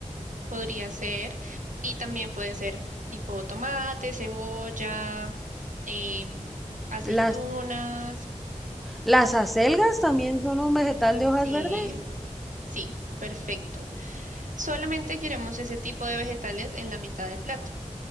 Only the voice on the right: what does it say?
Podría ser, y también puede ser tipo tomate, cebolla, em, aceitunas.
Sí,
sí, perfecto. Solamente queremos ese tipo de vegetales en la mitad del plato.